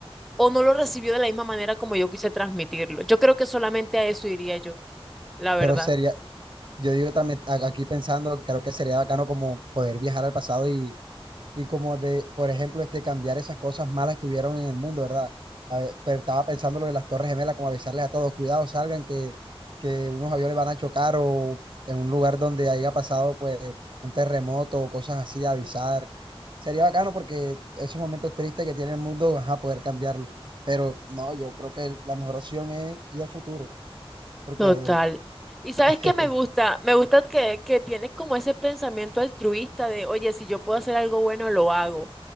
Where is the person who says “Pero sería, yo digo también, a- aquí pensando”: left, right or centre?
Right